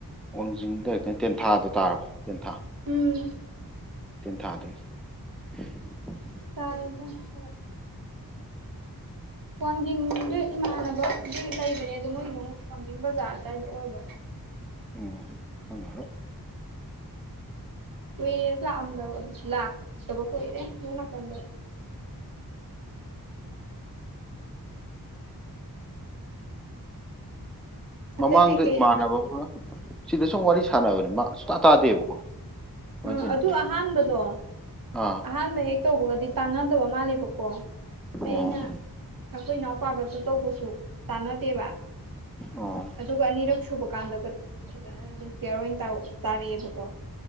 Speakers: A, in the centre; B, on the right.
A: ꯋꯥꯡꯖꯤꯡꯗ ꯍꯦꯛꯇꯪ ꯇꯦꯟꯊꯥꯗꯣ ꯇꯥꯔꯕ ꯍꯥ
B: ꯎꯝ
A: ꯍꯥ <unintelligible>
B: ꯇꯥꯏꯇꯦ ꯇꯥꯏ ꯋꯥꯡꯖꯤꯡꯗ ꯏꯃꯥꯟꯅꯕꯗꯤ ꯂꯩꯕꯅꯦ ꯑꯗꯨ ꯃꯣꯏꯅꯨ ꯋꯥꯡꯖꯤꯡ ꯕꯖꯥꯔ ꯑꯗꯨꯗꯥꯏꯗ ꯑꯣꯏꯕ
A: ꯎꯝ ꯈꯪꯉꯔꯣꯏ
B: ꯀꯨꯏꯔꯦ ꯂꯥꯛꯑꯝꯗꯕ ꯂꯥꯛꯇꯕ ꯀꯨꯏꯔꯦ ꯂꯣ ꯅꯥꯀꯟꯗ ꯑꯇꯩ
A: ꯃꯃꯥꯡꯗ
B: ꯀꯩꯀꯩ
A: ꯏꯃꯥꯟꯅꯕ ꯑꯥꯃꯥ ꯁꯤꯗ ꯁꯨꯝ ꯋꯥꯔꯤ ꯁꯥꯟꯅꯕꯅꯦ ꯃꯥ ꯁꯨꯡꯇꯥ ꯇꯥꯗꯦꯕꯀꯣ ꯀꯃꯥꯏꯅ
B: ꯎꯝ
A: ꯇꯧꯔꯤꯅꯣ
B: ꯑꯗꯨ
A: ꯈꯪꯗꯦ
B: ꯑꯍꯥꯟꯕꯗꯣ
A: ꯑꯥ
B: ꯑꯍꯥꯟꯕ ꯍꯦꯛ ꯇꯧꯕꯒꯗꯤ ꯇꯥꯟꯅꯗꯕ ꯃꯥꯜꯂꯦꯕꯀꯣ
A: ꯑꯣ
B: ꯑꯩꯅ ꯑꯩꯈꯣꯏ ꯏꯅꯥꯎꯄꯥꯒꯁꯨ ꯇꯧꯕꯁꯨ ꯇꯥꯟꯅꯗꯦꯕ
A: ꯑꯣ
B: ꯑꯗꯨꯒ ꯑꯅꯤꯔꯛ ꯁꯨꯕ ꯀꯥꯟꯗꯒ ꯐꯖꯅ ꯑꯗꯨꯝ ꯄꯤꯌꯥꯔ ꯑꯣꯏꯅ ꯇꯥꯔꯛꯑꯦꯕꯀꯣ